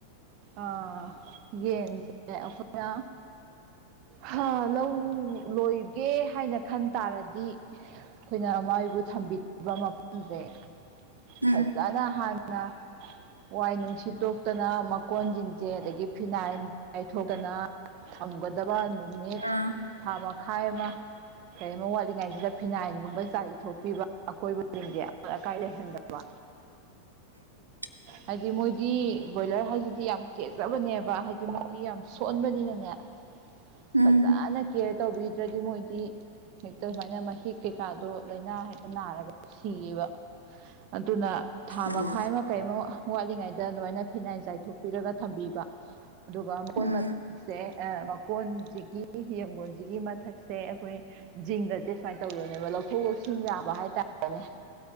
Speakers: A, on the right; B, on the right.
A: ꯑ ꯌꯦꯟꯁꯦ ꯑꯩꯈꯣꯏꯅ ꯍꯥ ꯂꯧ ꯂꯣꯏꯒꯦ ꯍꯥꯏꯅ ꯈꯟ ꯇꯥꯔꯗꯤ ꯑꯩꯈꯣꯏꯅ ꯃꯥꯏꯕꯨ ꯊꯝꯕꯤꯕ ꯃꯐꯝꯁꯦ
B: ꯎꯝ
A: ꯐꯖꯅ ꯍꯥꯟꯅ ꯋꯥꯏ ꯅꯨꯡꯁꯤꯠꯇꯣꯛꯇꯅ ꯀꯣꯟꯁꯤꯡꯁꯦ ꯑꯗꯒꯤ ꯐꯤꯅꯥꯏꯜ ꯌꯥꯥꯏꯊꯣꯛꯇꯅ ꯊꯝꯒꯗꯕ ꯅꯨꯃꯤꯠ
B: ꯑꯥ
A: ꯊꯥ ꯃꯈꯥꯏ ꯑꯃ ꯀꯔꯤꯒꯨꯝꯕ ꯋꯥꯠꯂꯤꯉꯥꯏꯁꯤꯗ ꯐꯤꯅꯥꯏꯟꯒꯨꯝꯕ ꯆꯥꯛ ꯏꯊꯣꯛꯄꯤꯕ ꯑꯀꯣꯏꯕꯁꯤꯡꯁꯦ ꯑꯃꯣꯠ ꯑꯀꯥꯏ ꯂꯩꯍꯟꯗꯕ
B: <unintelligible>
A: ꯍꯥꯏꯗꯤ ꯃꯣꯏꯗꯤ ꯕꯣꯏꯂꯔ ꯍꯥꯏꯁꯤꯗꯤ ꯌꯥꯝ ꯀꯦꯖꯕꯅꯦꯕ ꯍꯥꯏꯗꯤ ꯃꯣꯏꯗꯤ ꯌꯥꯝ ꯁꯣꯟꯕꯅꯤꯅꯅꯦ
B: ꯎꯝ
A: ꯐꯖꯅ ꯀꯦꯌꯔ ꯇꯧꯕꯤꯗ꯭ꯔꯗꯤ ꯃꯣꯏꯗꯤ ꯍꯦꯛꯇ ꯁꯨꯃꯥꯏꯅ ꯃꯍꯤꯛ ꯀꯩꯀꯥꯗꯣ ꯂꯥꯏꯅꯥ ꯍꯦꯛꯇ ꯅꯥꯔꯒ ꯁꯤꯌꯦꯕ ꯑꯗꯨꯅ ꯊꯥ
B: ꯑꯣ
A: ꯃꯈꯥꯏ ꯑꯃ ꯀꯩꯃ ꯋꯥꯠꯂꯤꯉꯩꯗ ꯑꯗꯨꯃꯥꯏꯅ ꯐꯤꯅꯥꯏꯟ ꯆꯥꯏꯊꯣꯛꯄꯤꯔꯒ ꯊꯝꯕꯤꯕ ꯑꯗꯨꯒ ꯃꯀꯣꯟ
B: ꯎꯝ
A: ꯃꯇꯛꯁꯦ ꯑ ꯃꯀꯣꯟꯁꯤꯒꯤ ꯌꯦꯡꯒꯣꯟꯁꯤꯒꯤ ꯃꯊꯛꯁꯦ ꯑꯩꯈꯣꯏ ꯖꯤꯡꯒꯁꯦ ꯁꯨꯃꯥꯏꯅ ꯇꯧꯗꯣꯏꯅꯦꯕ ꯂꯧꯊꯣꯛ ꯂꯧꯁꯤꯟ ꯌꯥꯕ ꯍꯥꯏꯇꯥꯔꯦꯅꯦ